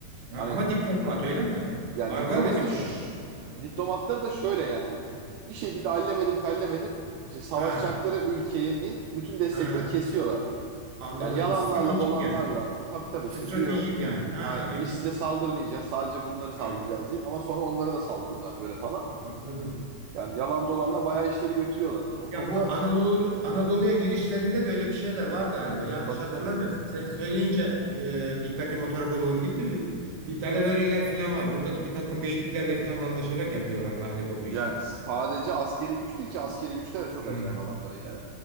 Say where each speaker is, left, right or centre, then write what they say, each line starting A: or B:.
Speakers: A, on the right; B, on the right.
A: Ha,
B: Hani
A: ama diplomat öyle mi?
B: Yani
A: Barbar
B: diplomasi
A: ve diplomat.
B: de, şş, diplomatları da şöyle yani bir şekilde allemedim kallemedim işte savaşacakları
A: Ha,
B: ülkenin bütün desteklerini
A: ha
B: kesiyorlar.
A: anladım.
B: Yani yalanlarla
A: Stratejik
B: dolanlarla
A: yani.
B: tabii tabii
A: Stratejik
B: işte diyor
A: yani. Ha
B: aynen
A: ilginç.
B: biz size saldırmayacağız sadece bunları saldıracağız
A: Ha
B: diyeyim ama sonra onlara da saldırıyorlar böyle falan.
A: anladım.
B: Yani yalan dolanla bayağı işleri götürüyorlar. O
A: Ya
B: konuda
A: bu Anadolu Anadolu'ya girişlerinde de öyle bir şeyler var galiba. Yanlış
B: tabii
A: hatırlamıyorsun.
B: tabii.
A: Sen söyleyince e, dikkatim o tarafa doğru gitti. Bir, bir dalavereler falan var. Buradaki bir takım beyliklerle falan anlaşarak yapıyorlar
B: Hı hı.
A: galiba bu işi.
B: Yani sadece askeri güç değil ki askeri güçler de çok
A: Hmm,
B: acayip adamların yani.